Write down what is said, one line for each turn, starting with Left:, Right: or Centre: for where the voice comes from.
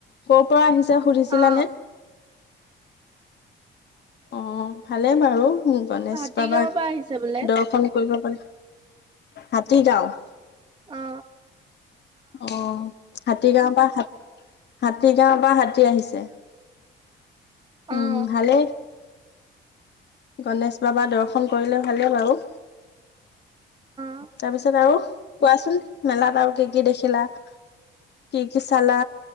Left: কৰ পৰা আহিছিল সুধিছিলা
Right: অ
Left: নে অ ভালে বাৰু উ গণেশ
Right: হাতীগাঁওৰ
Left: বাবাক
Right: পৰা আহিছে বোলে
Left: দৰ্শন কৰিব পাৰি হাতী গাওঁ
Right: অ
Left: অ হাতী গাঁও পা হাতী গাঁৱৰ বা হাতী আহিছে উম
Right: অ
Left: ভালে <inaudible> গণেশ বাবা দৰ্শন কৰিলে ভালেই বাৰু উ
Right: অ
Left: তাৰপিছত আৰু কোৱাচোন মেলাত আৰু কি কি দেখিলা কি কি চালা